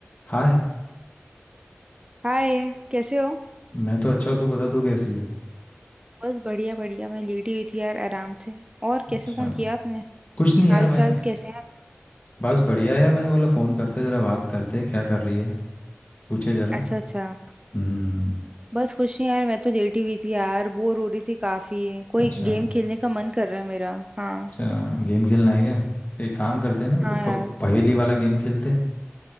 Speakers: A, on the left (about 35°); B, on the right (about 20°).
A: हाय
B: हाय कैसे हो
A: मैं तो अच्छा हूँ तू बता तू कैसी है
B: बस बढ़िया बढ़िया मैं लेटी हुई थी यार आराम से और कैसे
A: अच्छा
B: फोन किया आपने
A: कुछ नहीं
B: हाल
A: यार मैंने
B: चाल कैसे हैं आप
A: बस बढ़िया है यार मैंने बोला फ़ोन करते जरा बात करते क्या कर रही है पूछे जरा
B: अच्छा अच्छा
A: हम्म
B: बस खुश नहीं यार मैं तो लेटी हुई थी यार बोर हो रही थी काफी कोई
A: अच्छा
B: गेम खेलने का मन कर रहा है मेरा हाँ
A: अच्छा गेम खेलना है क्या एक काम करते हैं ना
B: हाँ
A: तो प-
B: यार
A: पहेली वाला गेम खेलते हैं